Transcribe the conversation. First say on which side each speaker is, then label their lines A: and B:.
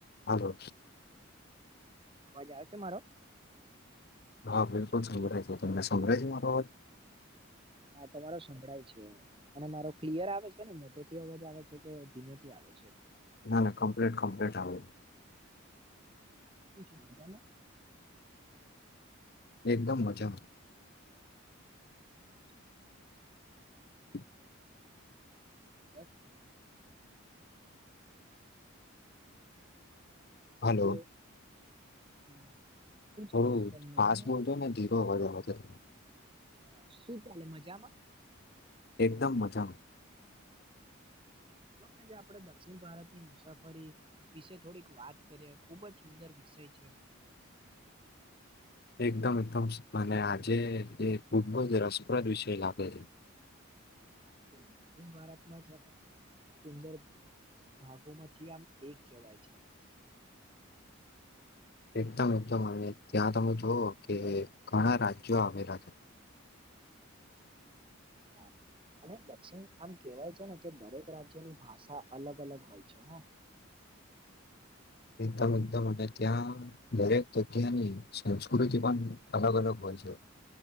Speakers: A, on the left; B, on the right.
A: હા
B: અવાજ આવ છે મારો
A: હા બિલકુલ સંભળય છે તને સંભળાય છે મારો અવાજ
B: હા તમારો સંભળાય છે અને મારો ક્લિયર આવે છે ને મોટે થી અવાજ આવે છે કે ધીમેથી આવે છે
A: ના ના કમ્પ્લીટ કમ્પ્લીટ આવે
B: કેવું છે મજામાં
A: એકદમ મજા
B: <inaudible>
A: <inaudible>
B: હમ <inaudible>
A: હલો
B: હેલો હા શું ચાલે
A: થોડું
B: એકદમ મજામાં?
A: ફાસ્ટ મો ને ધીરો વ્યા
B: હા શું ચાલે મજામાં
A: એકદમ મજા
B: ચાલલો ને જે આપડે દક્ષિણ ભારતની મુસાફરી વિશે થોડીક વાત કરીએ ખુબ જ સુંદર વિશે વિષય છે
A: એકદમ એકદમ મને આજે ખૂબ જ રસપ્રદ વિષય લાગે છે
B: બિલકુલ દક્ષિણ ભારતમાં છે ને સુંદર ભાગોમાંથી આમ એક કહેવાય છે
A: એકદમ એકદમ અને ત્યાં તમે જોુવ કે ઘણા રાજ્યો આવેલા છે
B: હા અને દક્ષિણ આમ કેવાય છે ને કે દરેક રાજ્યની ભાષા અલગ અલગ હોય છે <inaudible>
A: એકદમ એકદમ અને ત્યાં દરેક જગ્યાની સંસ્કૃતિ પણ અલગ અલગ હોય છે